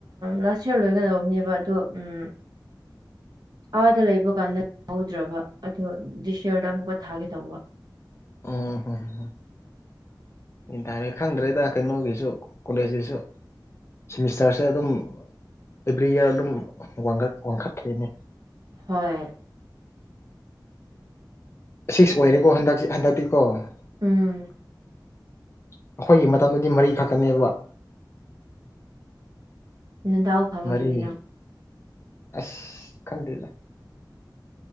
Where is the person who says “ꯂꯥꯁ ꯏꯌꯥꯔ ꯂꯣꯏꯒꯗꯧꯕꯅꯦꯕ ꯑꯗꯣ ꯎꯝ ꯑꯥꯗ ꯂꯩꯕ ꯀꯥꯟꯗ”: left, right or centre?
Right